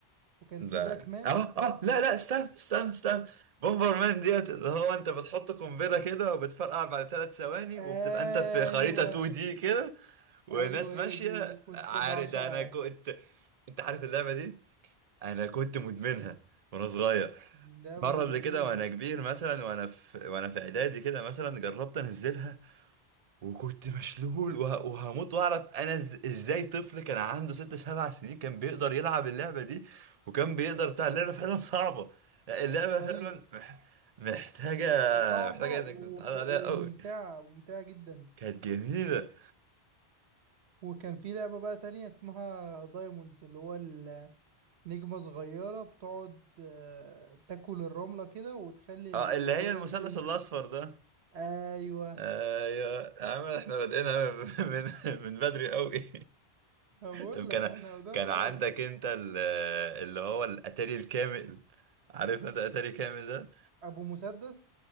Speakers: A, on the right; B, on the right.
A: وكان
B: لا
A: في باك مان
B: اه اه
A: باك
B: لا لا استنى استنى استنى بومبر مان ديت اللي هو انت بتحط قنبله كده وبتفرقع بعد ثلاث ثواني
A: ايوه
B: وبتبقى انت في خريطه 2 دي كده وناس
A: ايوه
B: ماشية
A: هي دي وكنت
B: عارف
A: بعشقها
B: ده انا كنت انت عارف اللعبة دي انا كنت مدمنها وانا صغير
A: اللعبه
B: مرة
A: دي
B: اللي
A: جميله
B: كده وانا كبير مثلا وانا في وانا في اعدادي كده مثلا جربت انزلها وكنت مشلول وه... وهموت واعرف انا إز... ازاي طفل كان عنده ست سبع سنين كان بيقدر يلعب اللعبة دي وكان بيقدر بتاع اللعبة فعلا صعبة اللعبة
A: ايوه
B: فعلا مح- محتاجة
A: ص- صعبه
B: محتاجة انك
A: وك...
B: تتعود عليها
A: وممتعه
B: قوي
A: ممتعه جدا
B: كانت جميلة
A: وكان في لعبه بقى تانية اسمها دايموندز اللي هو النجمه صغيره بتقعد آه، تاكل الرمله كده وتخلي الجواهر
B: اه اللي هي المثلث
A: تنزل
B: الاصفر ده
A: ايوه
B: آه يا يا عم احنا بادئينها من <laughs> من بدري قوي
A: أنا بقول
B: طب كان
A: لك احنا قدام
B: كان عندك
A: قوي
B: انت ال- اللي هو الاتاري الكامل عارف انت الاتاري كامل ده
A: ابو مسدس